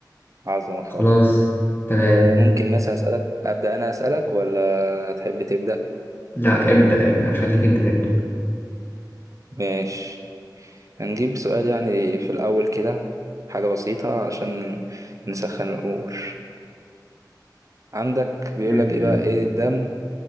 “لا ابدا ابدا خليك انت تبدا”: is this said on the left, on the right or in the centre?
Left